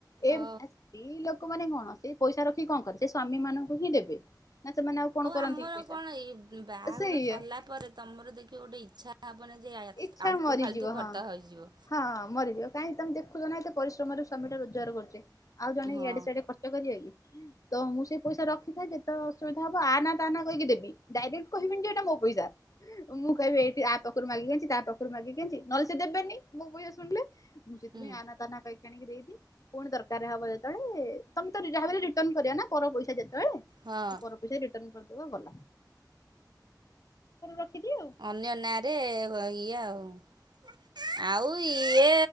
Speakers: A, on the left; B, on the right.
A: ଏ
B: ଓ
A: ସ୍ତ୍ରୀ ଲୋକମାନେ କଣ ସେ ପଇସା ରଖିକି କଣ କରେ ସେ ସ୍ଵାମୀ ମାନଙ୍କୁ ହିଁ ଦେବେ। ନା ସେମାନେ ଆଉ କଣ କରନ୍ତି
B: ଆମର
A: ପଇସା
B: କଣ ଏଇ ବାହାଘର
A: ସେଇଆ
B: ସରିଲା ପରେ ତମର ଦେଖିବ ଗୋଟେ ଇଚ୍ଛା ହବନି ଯେ
A: ଇଚ୍ଛା
B: ଆଲତୁ
A: ମରିଯିବ
B: ଫାଲତୁ ଖର୍ଚ୍ଚ
A: ହଁ
B: ହେଇଯିବ
A: ହଁ ମରିଯିବ କାହିଁକି ତମେ ଦେଖୁଛ ନା ଏତେ ପରି ଶ୍ରମରେ ସ୍ୱାମୀଟା ରୋଜଗାର କରୁଚି ଆଉ ଜଣେ
B: ହଁ
A: ଇଆଡେ ସିଆଡେ ଖର୍ଚ୍ଚ କରିବ କି? ତ ମୁଁ ସେଇ ପଇସା ରଖିଥାଏ ଯେତେବଳେ ଅସୁବିଧା ହବ ଆ ନାଁ ତା ନାଁ କହିକି ଦେବି। ଡାଇରେକ୍ଟ କହିବିନି ଯେ ଏଇଟା ମୋ ପଇସା ମୁଁ କହିବି ଏଇଟି ଆ ପାଖରୁ ମାଗିକି ଆଣି ମାଗିକି ଆଣିଚି ନହଲେ ସେ ଦେବେନି ମୋ ପଇସା ଶୁଣିଲେ ମୁଁ ସେଥିପାଇଁ
B: ହୁଁ
A: ଆ ନାଁ ତା ନାଁ କହିକି ଆଣିକି ଦେଇଦିଏ ପୁଣି ଦରକାର ହବ ଯ ବଳେ ତମେ ତ ଯାହା ବି ହେଲେ ରିଟର୍ଣ୍ଣ କରିଆ ନା ପର ପଇସା ଯେ ବଳେ
B: ହଁ
A: ପର ପଇସା ରିଟର୍ଣ୍ଣ କରିଦବ ଭଲ। ରଖିଦିଏ ଆଉ।
B: ଅନ୍ୟ ନାଁରେ ଇଏ ଆଉ ହଁ ଆଉ ଇଏ